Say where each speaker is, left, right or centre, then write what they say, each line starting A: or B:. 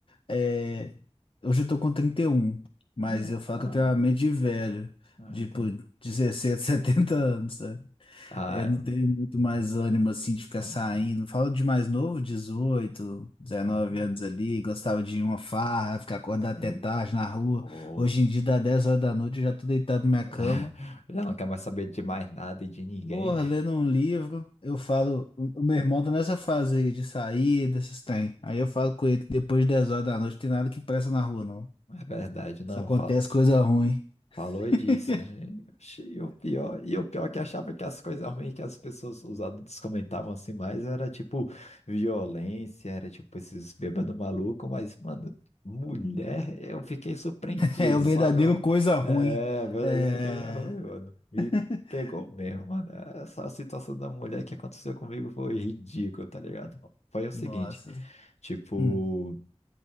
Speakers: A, on the left (about 55°); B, on the left (about 80°).
A: é, hoje eu tô com 31, mas
B: Ah,
A: eu falo
B: ah,
A: que eu tenho uma mente de velho,
B: ah,
A: tipo
B: entendi.
A: dezessete, <laughs> 70 anos, sabe?
B: Ah,
A: É, Eu não tenho muito mais ânimo assim de ficar
B: ah,
A: saindo. Falo de mais novo, 18, 19
B: ah,
A: anos ali, gostava de ir uma farra, ficar acordado
B: sim.
A: até tarde na rua.
B: Pô.
A: Hoje em dia dá 10 horas da noite, eu já tô deitado na minha
B: <laughs>
A: cama,
B: Já não quer mais saber de mais nada e de ninguém.
A: Porra, lendo um livro, eu falo. O o meu irmão tá nessa fase aí de sair, desses tem. Aí eu falo com ele, depois de 10 horas da noite, tem nada que presta na rua, não.
B: É verdade, não
A: Só acontece
B: fala.
A: coisa ruim.
B: Falou e
A: <laughs>
B: disse, né? Oxi, o pior, e o pior é que eu achava que as coisas ruins que as pessoas, os adultos comentavam assim mais era tipo violência, era tipo esses bêbados malucos, mas, mano, mulher, eu fiquei surpreendido,
A: É o verdadeiro
B: sabe, mano?
A: coisa ruim.
B: É, a verdadeira
A: É.
B: coisa ruim, mano. Me
A: <laughs>
B: pegou mesmo, mano. Essa situação da mulher que aconteceu comigo foi ridícula, tá ligado? Foi o seguinte,
A: Nossa.
B: tipo
A: Hum.